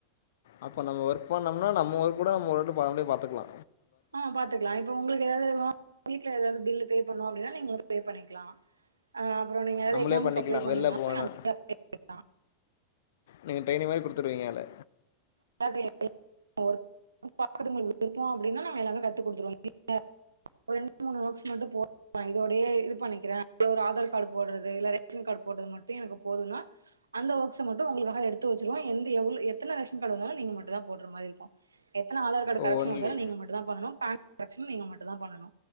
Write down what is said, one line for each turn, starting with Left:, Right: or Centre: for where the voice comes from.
Left: அப்போ நம்ம ஒர்க் பண்ணோம்னா நம்ம ஒர்க் கூட நம்ம ஒரெட்டு பா நம்ளே பாத்துக்கலா
Right: ஆ பாத்துக்கலா இப்ப உங்களுக்கு எதாவது வ வீட்ல எதாவது பில்லு பே பண்ணனு அப்டின்னா நீங்களே பே பண்ணிக்லா அ அப்றோ நீங்க எதாவது
Left: நம்மளே
Right: எக்ஸாம்கு
Left: பண்ணிக்கலாம்
Right: அப்ளை பண்ணுங்விங்கனாலு
Left: வெளில போனா
Right: அதுல அப்ளை பண்ணிக்லா
Left: நீங்க ட்ரெனிங் மாரி குடுத்துருவீங்கல்ல
Right: <inaudible> ஒர்க் பாக்குறது உங்களுக்கு விருப்போ அப்டின்னா நாங்க எல்லாமே கத்துக் குடுத்துருவோ <unintelligible> ஒரு ரெண்டு மூணு ஒர்க்ஸ் மட்டு போ நா இதோடையே இது பண்ணிக்கிறே அப்டி ஒரு ஆதார் கார்டு போட்றது இல்ல ரேஷன் கார்டு போட்றது மட்டு எனக்கு போதுன்னா அந்த ஒர்க்ஸ மட்டு உங்களுக்காக அத எடுத்து வச்சுருவோ எந்த எவ்ளோ எத்தன ரேஷ் ஷன் கார்டு வந்தாலு நீங்க மட்டுந்தா போட்ற மாரி இருக்கு எத்தன ஆதார் கார்டு
Left: ஓ
Right: கரெக்ஷன்
Left: ஒன்லி
Right: வந்தாலு நீங்க மட்டுந்தா பண்ணனு பேன் கரெக்ஷனு நீங்க மட்டுந்தா பண்ணனு